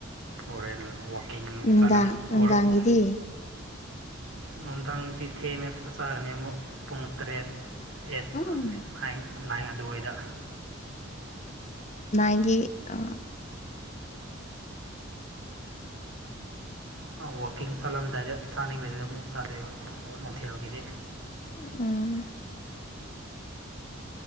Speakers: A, on the right; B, on the left.
A: ꯍꯣꯔꯦꯟ ꯋꯥꯛꯀꯤꯡ
B: ꯅꯨꯡꯗꯥꯡ
A: ꯆꯂꯝꯔꯛꯎ
B: ꯅꯨꯡꯗꯥꯡꯒꯤꯗꯤ
A: ꯅꯨꯡꯊꯪꯗꯤ ꯊꯦꯡꯅ ꯆꯥꯔꯅꯤ ꯑꯃꯨꯛ ꯄꯨꯡ ꯇꯔꯦꯠ ꯑꯩꯠ
B: ꯎꯝ
A: ꯐ ꯅꯥꯏꯟ ꯑꯗꯨꯋꯥꯏꯗ
B: ꯏꯒꯤ ꯑ
A: ꯋꯥꯛꯀꯤꯡ ꯆꯠꯂꯝꯗꯥꯏꯗ ꯆꯥꯅꯤꯡꯕꯗꯨꯗ ꯑꯃꯨꯛ ꯆꯥꯗꯣꯏꯑꯕ ꯅꯨꯡꯊꯦꯜꯒꯤꯗꯤ
B: ꯎꯝ